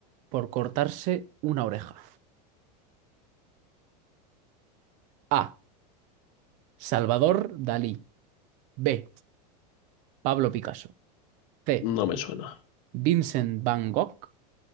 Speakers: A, on the right; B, on the left.
A: por cortarse una oreja? A. Salvador Dalí. B. Pablo Picasso. C.
B: No me suena.
A: Vincent Van Gogh.